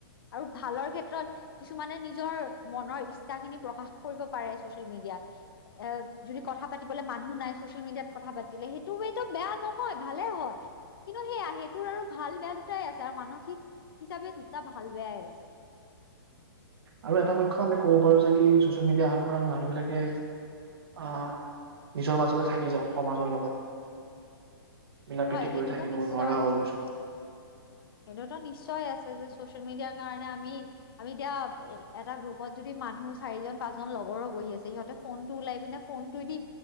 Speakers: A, on the left; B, on the right.
A: আৰু ভালৰ ক্ষেত্ৰত কিছুমানে নিজৰ মনৰ ইচ্ছা খিনি প্ৰকাশ কৰিব পাৰে ছচিয়েল মিডিয়াত এ যদি কথা পাতিবলে মানুহ নাই চচিয়েল মিডিয়াত কথা পাতিলে সেইটো ৱেটো বেয়া নহয় ভালে হয় কিন্তু সেয়া সেইটোৰ আৰু ভাল বেয়া দুটাই আছে আৰু মানসিক হিচাপে দুটা ভাল বেয়াই আছে।
B: আৰু এটা পক্ষ আমি কব পাৰো যে কি ছচিয়েল মিডিয়া আহাৰ পৰা আমি মানুহবিলাকে আহ নিজৰ মাজতে থাকি যাওঁ সমাজৰ লগত। মিলা
A: হয়
B: প্ৰীতি
A: সেইটোতো
B: কৰি থাকিব
A: নিশ্চয়
B: নোৱাৰা হৈ গৈছো।
A: সেইটোতো নিশ্চয় আছে যে ছচিয়েল মিডিয়াৰ কাৰণে আমি আমি এতিয়া এ এটা গ্ৰুপত যদি মানুহ চাৰিজন পাঁচজন লগৰো বহি আছে সিহঁতে ফোন টো উওলাই পিনে ফোন টোই দি